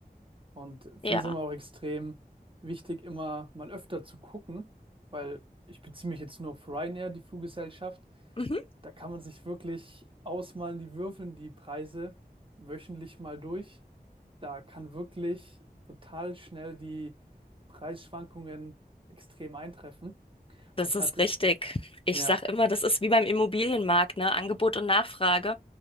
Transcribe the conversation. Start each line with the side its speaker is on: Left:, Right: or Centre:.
Right: und finde
Left: Ja.
Right: es immer auch extrem wichtig, immer mal öfter zu gucken, weil ich beziehe mich jetzt nur auf Ryanair, die Fluggesellschaft.
Left: Mhm.
Right: Da kann man sich wirklich ausmalen, die würfeln die Preise wöchentlich mal durch. Da kann wirklich total schnell die Preisschwankungen extrem eintreffen.
Left: Das
Right: Ich
Left: ist
Right: hatte,
Left: richtig. Ich
Right: ja,
Left: sag immer, das ist wie beim Immobilienmarkt, ne? Angebot und Nachfrage.